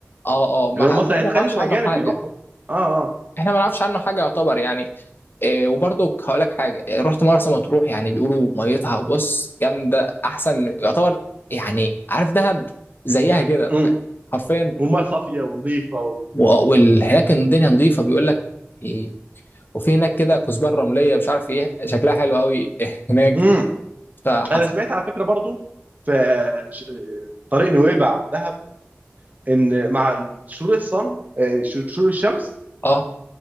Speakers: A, on the left; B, on the right.
A: اه اه ما
B: لانه
A: ح- ده
B: مثلا يتخيل
A: ما نعرفش
B: الاجانب
A: عنه حاجه
B: بيروحوا اه اه
A: احنا ما نعرفش عنه حاجه يعتبر يعني إيه وبرضه هقول لك حاجه إيه، رحت مرسى مطروح يعني بيقولوا ميتها بص جامده احسن من- يعتبر يعني عارف دهب زيها كده
B: امم
A: حرفيا
B: والميه صافيه ونظيفه و...
A: وهناك الدنيا نظيفه بيقول لك في- وفي هناك كده كثبان رمليه مش عارف ايه شكلها حلو قوي <laughs> هناك
B: امم
A: فحرف
B: انا سمعت على فكره برضو في ش- طريق نويبع دهب ان مع شروق الصن آه، ش- شروق الشمس
A: اه